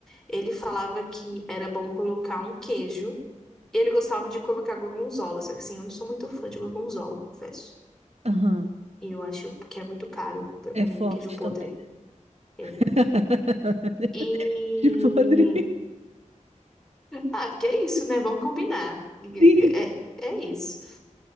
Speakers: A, in the centre; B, on the right.
A: ele falava que era bom colocar um queijo. Ele gostava de colocar gorgonzola, só que assim, eu não sou muito fã de gorgonzola, confesso.
B: aham.
A: E eu acho que é muito caro pra
B: É
A: comer
B: forte
A: queijo podre.
B: também. né?
A: É,
B: <laughs>
A: E.
B: De podre.
A: Ah, porque é isso, né? Vamos combinar. Ninguém-
B: Sim.
A: É, é isso.